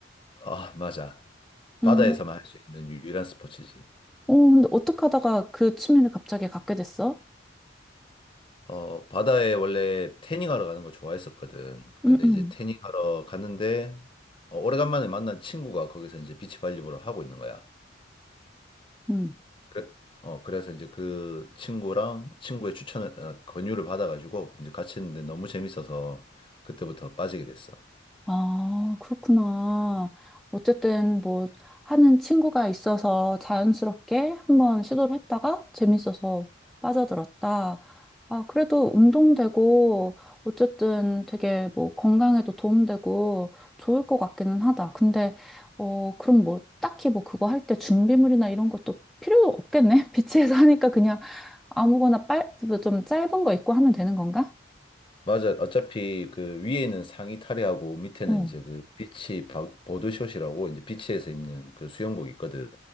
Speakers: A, on the left; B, in the centre.
A: 아, 맞아.
B: 응.
A: 바다에서만 할 수 있는 유일한 스포츠지.
B: 어, 근데 어떻게 하다가 그 취미를 갑자기 갖게 됐어?
A: 어, 바다에 원래 태닝하러 가는 거 좋아했었거든. 근데
B: 응,
A: 이제 태닝하러 갔는데 어, 오래간만에 만난 친구가 거기서 이제 비치발리볼을 하고 있는 거야.
B: 응.
A: 그래, 어, 그래서 이제 그 친구랑 친구의 추천을, 어, 권유를 받아가지고 이제 같이 했는데 너무 재밌어서 그때부터 빠지게 됐어.
B: 아, 그렇구나. 어쨌든 뭐 하는 친구가 있어서 자연스럽게 한번 시도를 했다가 재밌어서 빠져들었다. 아, 그래도 운동되고 어쨌든 되게 뭐 건강에도 도움되고 좋을 것 같기는 하다. 근데 어, 그럼 뭐 딱히 뭐 그거 할 때 준비물이나 이런 것도 필요 없겠네? <laughs> 비치에서 하니까 그냥 아무거나 빨, 좀 짧은 거 입고 하면 되는 건가?
A: 맞아. 어차피 그 위에 있는 상의 탈의하고 밑에는
B: 어,
A: 이제 그 비치 바- 보드숏이라고 이제 비치에서 입는 그 수영복 있거든.